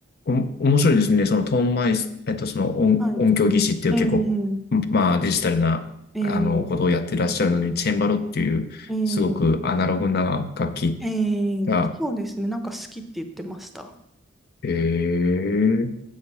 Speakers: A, on the left (about 50°); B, in the centre.
A: お、面白いですね。そのトーンマイス、えっと、その音、
B: はい。
A: 音響技師っていう結構、
B: えー、
A: まあ、デジタルな、
B: えー、
A: あの、ことをやってらっしゃるのに、チェンバロっていう、
B: えー、
A: すごくアナログな楽器
B: えー、
A: が、
B: そうですね。なんか好きって言ってました。
A: え